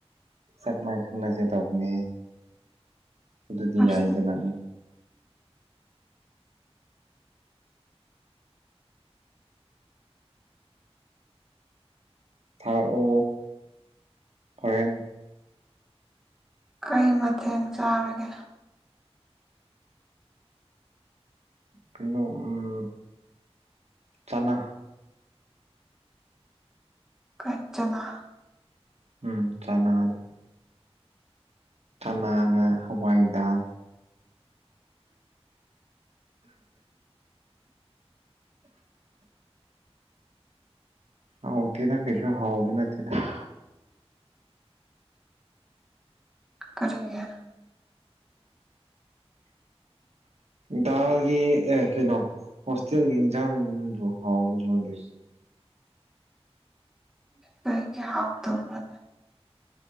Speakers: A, on the right (about 80°); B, in the centre.
A: ꯁꯥꯛꯃꯥꯏ ꯈꯪꯅꯁꯦ ꯇꯧꯕꯅꯦ꯫ ꯑꯗꯨꯗꯤ
B: ꯄꯥꯔꯁꯣꯅꯦꯜ
A: ꯌꯥꯏꯗꯅ ꯗꯨꯝ ꯊꯥꯔꯛꯑꯣ ꯍꯣꯔꯦꯟ
B: ꯀꯩ ꯃꯊꯦꯟ ꯆꯥꯔꯒꯦ?
A: ꯀꯩꯅꯣ ꯎꯝ ꯆꯅꯥ꯫
B: ꯀꯩꯆꯅꯥ꯫
A: ꯎꯝ ꯆꯅꯥꯗꯣ꯫ ꯆꯟꯅꯥꯒ ꯍꯋꯥꯏ ꯗꯥꯜ ꯍꯥꯎꯇꯦꯗ ꯀꯩꯁꯨ ꯍꯥꯎꯕ ꯅꯠꯇꯦꯗ
B: ꯀꯔꯤꯒꯤ
A: ꯗꯥꯜꯒꯤ ꯑꯦ ꯀꯩꯅꯣ꯫ ꯍꯣꯁꯇꯦꯜꯒꯤ ꯏꯟꯖꯥꯥꯡꯕꯨ ꯍꯥꯎꯒꯗ꯭ꯔꯣꯅꯦ?
B: ꯀꯩꯒꯤ ꯍꯥꯥꯎꯇꯕꯔ꯭ꯅꯦ꯫